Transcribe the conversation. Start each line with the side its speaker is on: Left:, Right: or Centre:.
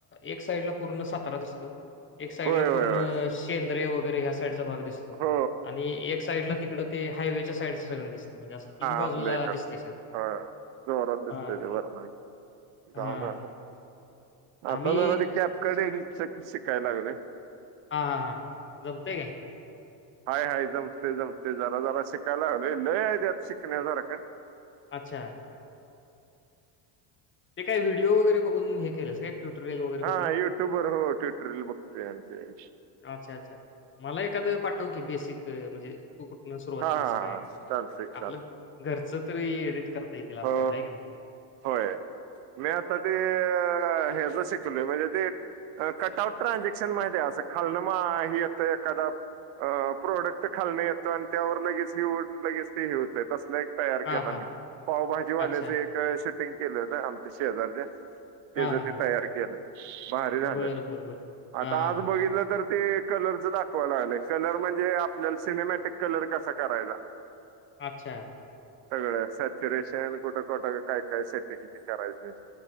Left: एक साइड ला पूर्ण सात <unintelligible> दिसतो एक साइड
Right: होय
Left: ला
Right: होय
Left: पूर्ण
Right: होय
Left: सेंद्रिय वगैरे ह्या चा भाग दिसतो,
Right: हो
Left: आणि एक साइड ला तिकडं ते हायवे च्या साईड च सगळं दिसत म्हणजे असं तिन्ही बाजूला
Right: आपल्या इकडचं
Left: दिसतंय सगळं
Right: हा जोरात दिसत
Left: हां.
Right: ते वरन <unintelligible>
Left: हां.
Right: आता
Left: आम्ही
Right: जरा ते कॅपकटिंग च शिकायला लागलोय
Left: हा हा हा जमतंय काय?
Right: हाय हाय जमते जमते जरा जरा शिकायला लागल लय हाय त्यात शिकण्यासारखं
Left: अच्छा. ते काय व्हिडिओ वगैरे बघून हे केलंस काय ट्युटोरियल वगैरे कुठलं?
Right: हा युट्यूबवर हो ट्युटोरियल बघतोय त्यांचे
Left: अच्छा अच्छा मला एखादं पाठव की बेसिक म्हणजे तू कुठनं सुरुवात
Right: हा हा
Left: केलीस
Right: हा
Left: काय
Right: चालतंय
Left: आपलं
Right: चालतंय.
Left: घरच तरी एडिट येईल आपल्याला
Right: हो
Left: आहे का नाही
Right: होय मी आता ते अह ह्याच शिकलोय म्हणजे ते कटआउट ट्रान्झॅक्शन माहिताय अस खालनं म हे येतय एखादा अह प्रोडक्ट खालन येत अन् त्यावर लगेच ये हून लगेच ते हे होतय तसल एक तयार
Left: हां,
Right: केला
Left: हां.
Right: मी पावभाजीवाल्याच
Left: अच्छा.
Right: एक शूटिंग केलं होत आमच्या शेजारच्या त्याच
Left: हां, हां,
Right: ते
Left: हां.
Right: तयार केलं भारी झालेले
Left: बरं, बरं, बरं.
Right: आता
Left: हां, हां,
Right: आज
Left: हां.
Right: बघितलं तर ते कलरच दाखवायला लागलंय. कलर म्हणजे आपल्याला सिनेमॅटिक कलर कसा करायचा
Left: अच्छा.
Right: सगळं सॅच्युरेशन कुठं कुठं काय काय सेटिंग ते करायचं